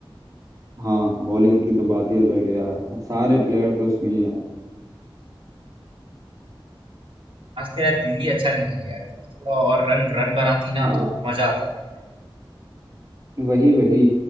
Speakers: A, on the right (about 40°); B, on the right (about 75°).
A: हाँ बॉलिंग की तो बात ही अलग है यार सारे प्लेयर तो उसमें ही है
B: आज तो यार दिल्ली अच्छा नहीं खेली यार दिल्ली थोड़ा और रन रन बनाती ना
A: हाँ
B: तो मजा आता देखने
A: वही वही